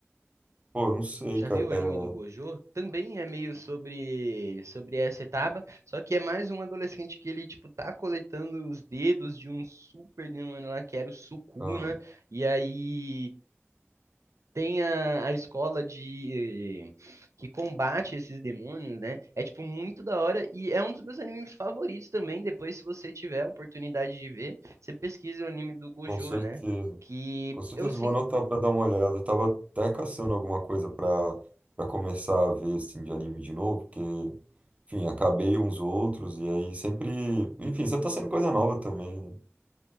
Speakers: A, on the right; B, on the right.
A: Pô, não sei,
B: Já
A: cara.
B: viu o anime
A: É,
B: do Gojo? Também é meio sobre sobre essa etapa, só que é mais um adolescente que ele tipo tá coletando os dedos de um super demônio lá que era o Sukuna,
A: ah,
B: e aí tem a, a escola de que combate esses demônios, né? É tipo muito da hora e é um dos meus animes favoritos também. Depois, se você tiver a oportunidade de ver, você pesquisa o anime do Gojo,
A: com certeza.
B: né? Que
A: Com certeza
B: eu sempre
A: vou anotar pra dar uma olhada. Eu tava até caçando alguma coisa pra, pra começar a ver, assim, de anime de novo, porque, enfim, acabei uns outros, e aí sempre. Enfim, sempre tá saindo coisa nova também, né?